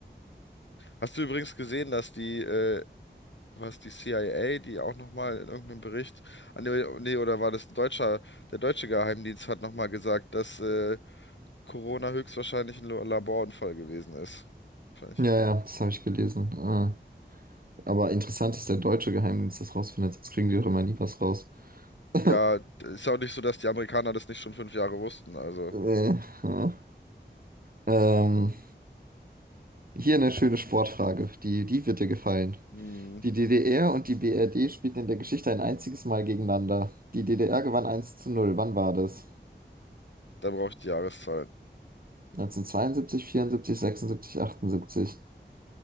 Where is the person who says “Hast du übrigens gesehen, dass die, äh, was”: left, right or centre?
Left